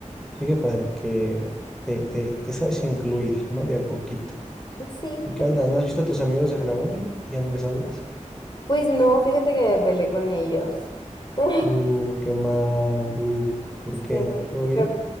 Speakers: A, in the centre; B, on the left (about 35°).
A: Sí, qué padre, que te, te, te sabes incluir, ¿no? De a poquito.
B: Sí,
A: ¿Y qué
B: pues,
A: onda? ¿No has visto a tus amigos de la uni? ¿Ya no les hablas?
B: pues no, fíjate que me peleé con ellos. <laughs>
A: Uh, qué mal, bu. ¿Por
B: Sí,
A: qué? ¿Todo bien?
B: me-